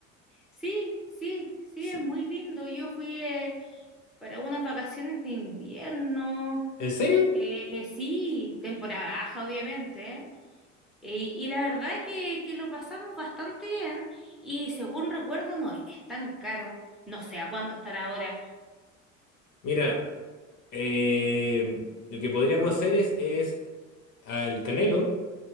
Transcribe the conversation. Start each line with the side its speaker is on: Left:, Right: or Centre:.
Centre: Sí, sí, sí,
Left: Sí.
Centre: es muy lindo. Yo fui eh, para unas vacaciones de invierno,
Left: ¿En serio?
Centre: eh, eh, sí, temporada baja, obviamente, ¿eh? Y, y la verdad que, que lo pasamos bastante bien y según recuerdo no es tan caro. No sé a cuánto estará ahora.
Left: Mira, eh, lo que podríamos hacer es, es al Canelo